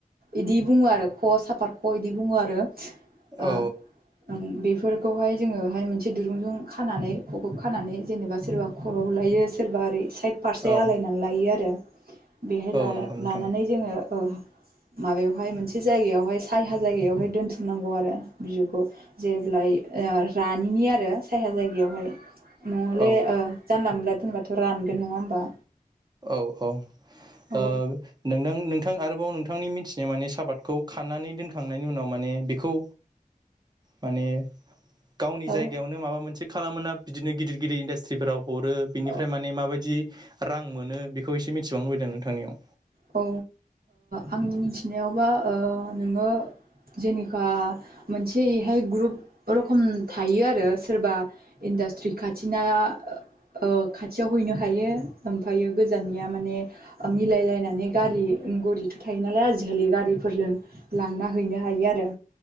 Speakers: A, on the right (about 85°); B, on the right (about 30°).
A: इदि बुङो आरो ख' साफाद ख' इदि बुङो आरो ओ
B: औ
A: ओं बेफोर बेफोरखौहाय जोङोहाय मोनसे दुरुं जों खानानै ख'खौ खानानै जेनबा सोरबा खर'आव लायो सोरबा ओरै साइद फारसे
B: औ
A: आलायनानै लायो आरो बेहाय
B: औ
A: लाना-
B: नंगौ नोंथां
A: लानानै जोङो माबायावहाय मोनसे जायगायावहाय साया जायगायावहाय दोनथुमनांगौ आरो बिजौखौ जेब्लाय ओ रानिनि आरो साया जायगायावहाय नङाब्ला
B: औ
A: हले जानला मोनला दोनबाथ' रानगोन नङा होमबा
B: औ औ
A: औ
B: ओ नोंथां नोंथां आरोबाव नोंथांनि मिथिनाय माने साफादखौ खानानै दोनखांनायनि उनाव माने बेखौ माने गावनि
A: औ
B: जायगायावनो माबा मोनसे खालामोना बिदिनो गिदिर गिदिर इन्डास्ट्रिफोराव हरो बिनिफ्राय
A: औ
B: माने माबायदि रां मोनो बेखौ एसे मिथिबावनो लुबैदों नोंथांनियाव
A: औ ओ आंनि मिथिनायावबा ओ नोङो जेनखा मोनसे एहाय ग्रुप रोखम थायो आरो सोरबा इन्डास्ट्रि खाथिना ओ खाथियाव हैनो हायो ओमफ्रायो गोजाननिया माने मिलायलायना माने गारि गारिथ' थायो नालाय आजिखालि गारिफोरजों लांना हैनो हायो आरो